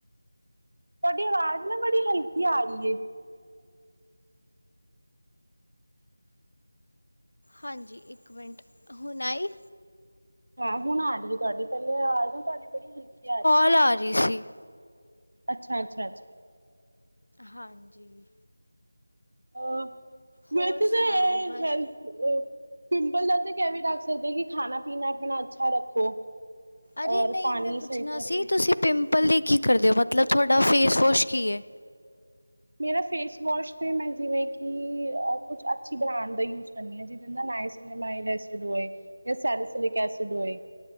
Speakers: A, on the right; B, on the left.
A: ਤੁਹਾਡੀ ਆਵਾਜ਼ ਨਾ ਬੜੀ ਹਲਕੀ ਆ ਰਿਏ
B: ਹਾਂਜੀ ਇੱਕ ਮਿੰਟ ਹੁਣ ਆਈ
A: ਹਾਂ ਹੁਣ ਆ ਰਹੀ ਹੈ ਤੁਹਾਡੀ ਪਹਿਲੇ ਆ ਜਾ ਤੁਹਾਡੀ ਬੜੀ ਹਲਕੀ ਆ ਰਹੀ
B: ਪਹਿਲਾ
A: ਸੀ।
B: ਆ ਰਹੀ ਸੀ।
A: ਅੱਛਾ ਅੱਛਾ ਅੱਛਾ
B: ਹਾਂਜੀ,
A: <unintelligible>
B: ਹੋਰ
A: ਵੈਸੇ ਤਾਂ
B: ਸੁਣਾਓ ਬਸ,
A: ਪਿੰਪਲ ਦਾ ਤੇ ਇਹ ਵਿ ਰੱਖ ਸਕਦੇ ਕਿ ਖਾਣਾ ਪੀਣਾ ਆਪਣਾ ਅੱਛਾ ਰੱਖੋ
B: ਅਰੇ
A: ਔਰ
B: ਨਹੀਂ
A: ਪਾਣੀ
B: ਮੈਂ ਪੁੱਛਣਾ
A: ਸਹੀ ਤਰਾ ਪਿਓ
B: ਸੀ ਤੁਸੀਂ ਪਿੰਪਲ ਲਈ ਕੀ ਕਰਦੇ ਹੋ ਮਤਲਬ ਤੁਹਾਡਾ ਫੇਸਵੋਸ਼ ਕੀ ਹੈ,
A: ਮੇਰਾ ਫੇਸਵੋਸ਼ ਤਾਂ ਮੈਂ ਜਿਵੇਂ ਕਿ ਕੁਛ ਅੱਛੀ ਬ੍ਰਾਂਡ ਦਾ ਯੂਜ, ਕਰਨੀ ਆ ਜਿਦੇ ਨਾਲ ਨਾਈ ਸੀ ਨਾ ਮਈਐਡ ਐਸਿਡ ਹੋਏ ਯਾਂ ਸਰਾਸਿੱਕ ਐਸਿਡ ਹੋਏ,